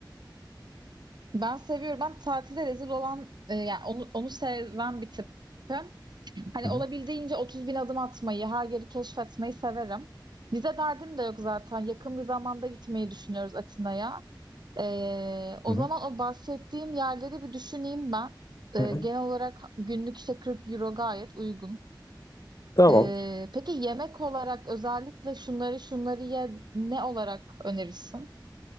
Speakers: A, on the right; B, on the left.
A: Ben seviyorum. Ben tatilde rezil olan e, yani onu, onu seven bir tipim. Hani
B: Hı hı.
A: olabildiğince 30 bin adım atmayı, her yeri keşfetmeyi severim. Vize derdim de yok zaten. Yakın bir zamanda gitmeyi düşünüyoruz Atina'ya. E, o
B: Hı
A: zaman
B: hı.
A: o bahsettiğim yerleri bir düşüneyim ben. E,
B: Hı hı.
A: genel olarak günlük işte 40 euro gayet uygun.
B: Tamam.
A: E, peki yemek olarak özellikle şunları şunları ye ne olarak önerirsin?